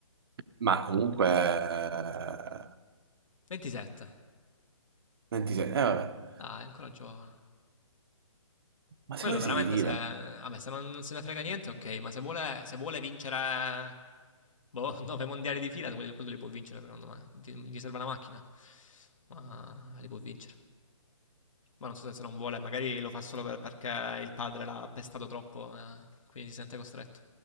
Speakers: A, on the right; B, on the left.
A: Ma comunque... eh,
B: 27.
A: 26, eh, vabbè.
B: Dai, è ancora giovane.
A: Ma
B: Quello
A: secondo me
B: veramente
A: si ritira.
B: se... Vabbè, se non, non se ne frega niente, ok, ma se vuole, se vuole vincere... Boh, <laughs> 9 mondiali di fila, quello, quello li può vincere, secondo me. Gli gli serve la macchina, ma li può vincere. Ma non so se, se non vuole, magari lo fa solo per- perché il padre l'ha pestato troppo, eh, quindi si sente costretto.